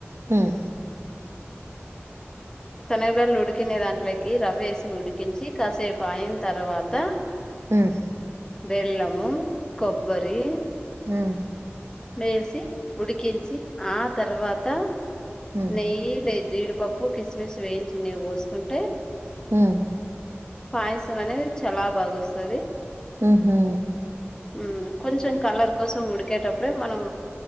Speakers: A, on the right; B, on the left.
A: హు మ్
B: శనగ బెల్లు ఉడికిన దాంట్లకి రవ్వ వేసి ఉడికించి కాసేపు ఐన తర్వాత
A: హు మ్
B: బెల్లము కొబ్బరీ.
A: ఉమ్.
B: మేసి ఉడికించి ఆ తర్వాత
A: ఉమ్,
B: నెయ్యి లే జీడిపప్పు కిస్మిస్ వేయించిన్నేవ్ బోస్కుంటె
A: ఉమ్.
B: పాయసమనేది చలా బాగొస్తది.
A: ఉహూ.
B: ఉమ్ కొంచెం కలర్ కోసం ఉడికేటప్పుడే మనం